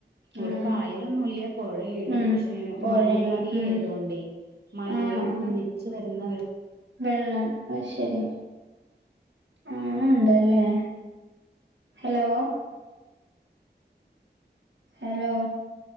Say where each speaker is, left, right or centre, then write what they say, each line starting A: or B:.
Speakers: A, on the right (about 60°); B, on the right (about 85°).
A: ഇവിടെ
B: ഉം
A: കായലൊന്നൂല്ല പൊഴേണ്
B: ഉം
A: പക്ഷേ
B: പൊഴേണ്
A: മല ഏരിയ
B: ഉം
A: ആയതോണ്ടേ മലേന്ന്
B: ആഹ്
A: ഒന്നിച്ച്
B: ആഹ്
A: വരുന്ന വെള്ളം
B: വെള്ളം അയ്ശെരി. അങ്ങന്ണ്ടല്ലേ ഹലോ ഹലോ